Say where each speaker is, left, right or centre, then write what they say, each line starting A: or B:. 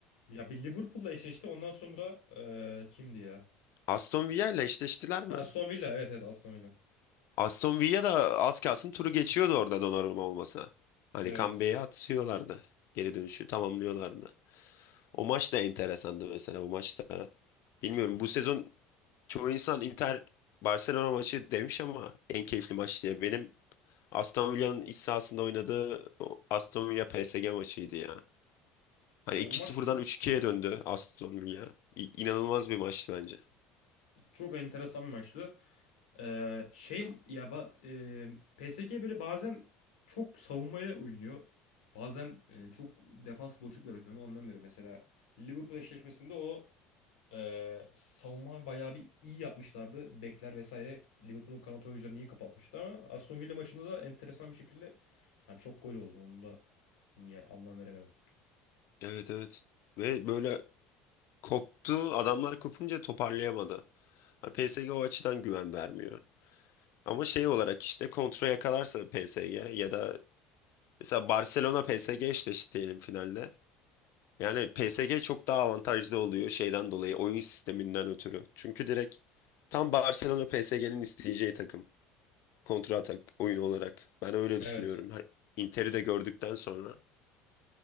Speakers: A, on the left; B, on the left.
A: ya bir Liverpool'la eşleşti ondan sonra ee, kimdi ya?
B: Aston Villa ile eşleştiler mi?
A: Ha, Aston Villa evet evet Aston Villa.
B: Aston Villa da az kalsın turu geçiyordu orada Donnarumma olmasa. Hani
A: Evet.
B: Kambe'yi atıyorlardı. Geri dönüşü tamamlıyorlardı. O maç da enteresandı mesela. O maçta bilmiyorum bu sezon çoğu insan Inter Barcelona maçı demiş ama en keyifli maç diye. Benim Aston Villa'nın iç sahasında oynadığı o Aston Villa PSG maçıydı ya. Hani
A: Ya
B: 2-0'dan
A: o maç da çok
B: üç 2ye döndü Aston Villa. İ- İnanılmaz bir maçtı bence.
A: çok enteresan bir maçtı. Ee, şey ya ba- ee, PSG böyle bazen çok savunmaya oynuyor. Bazen ee, çok defans boşluk bırakıyor. Onu anlamıyorum. Mesela Liverpool eşleşmesinde o Ee, savunma bayağı bir iyi yapmışlardı. Bekler vesaire Liverpool'un kanat oyuncularını iyi kapatmıştı ama Aston Villa maçında da enteresan bir şekilde yani çok gol oldu. Onu da ya, anlam veremedim.
B: Evet evet. Ve böyle koptu. Adamlar kopunca toparlayamadı. Hani PSG o açıdan güven vermiyor. Ama şey olarak işte kontra yakalarsa PSG ya da mesela Barcelona PSG eşleşti diyelim finalde. Yani PSG çok daha avantajlı oluyor şeyden dolayı oyun sisteminden ötürü. Çünkü direkt tam Barcelona PSG'nin isteyeceği takım. Kontra atak oyunu olarak. Ben öyle
A: Evet.
B: düşünüyorum. Ha- Inter'i de gördükten sonra.